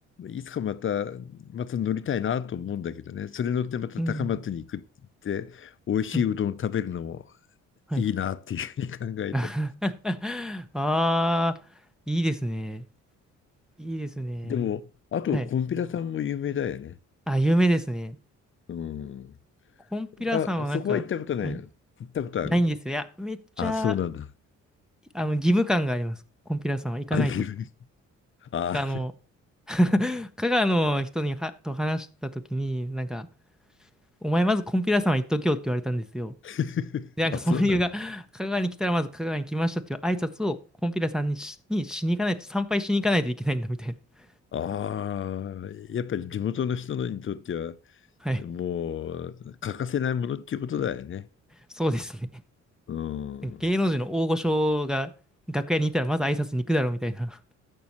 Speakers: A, on the left (about 40°); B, in the centre.
A: いつかまた、また乗りたいなと思うんだけどね、それ乗ってまた高松に行くって、
B: うん、
A: 美味しいうどん食べるのも
B: うん、はい。
A: いいなっていうふうに考えて。
B: <laughs> あー、いいですね。いいですね。
A: でも、あと、
B: はい。
A: コンピラさんも有名だよね。
B: あ、有名ですね。
A: うん。
B: コンピラさんはなんか、
A: あ、そこは行ったことないの。
B: はい、
A: 行ったことある
B: ないんですよ。いや、めっちゃ、
A: あ、そうなんだ。
B: あの、義務感があります。コンピラさんは行かないとって。
A: あ、岐阜。あ、
B: あの、<laughs> 香川の人にはと話したときに、なんか、お前まずコンピラさんは行っとけよって言われたんですよ。
A: <laughs>
B: で、なんかその理由が、
A: あ、そうなんだ。
B: 香川に来たらまず香川に来ましたっていう挨拶をコンピラさんにし、にしに行かないと、参拝しに行かないといけないんだみたいな。<laughs>
A: ああ、やっぱり地元の人にとっては、
B: はい。
A: もう欠かせないものっていうことだよね。
B: そうですね。
A: うん。
B: 芸能人の大御所が楽屋にいたらまず挨拶に行くだろうみたいな。<laughs>